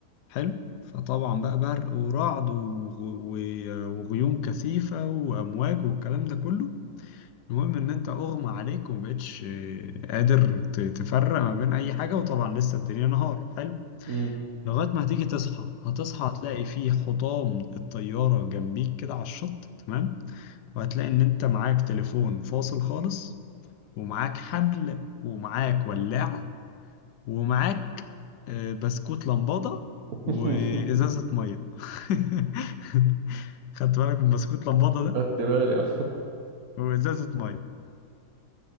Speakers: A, on the left (about 85°); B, on the right (about 65°).
A: حلو فطبعا بقى برق ورعد وغ- و- وغيوم كثيفة وأمواج والكلام ده كله المهم إن أنت أغمى عليك ومبقتش قادر ت- تفرق ما بين أي حاجة وطبعا لسه الدنيا نهار حلو
B: امم
A: لغاية ما هتيجي تصحى هتصحى هتلاقي فيه حطام الطيارة جنبيك كده على الشط تمام وهتلاقي إن أنت معاك تليفون فاصل خالص ومعاك حبل ومعاك ولاعة ومعاك آه، بسكوت لمبادة
B: <laughs>
A: وإزازة مية <laughs> خدت بالك من بسكوت لمبادة ده
B: خدت بالي آه،
A: وإزازة مية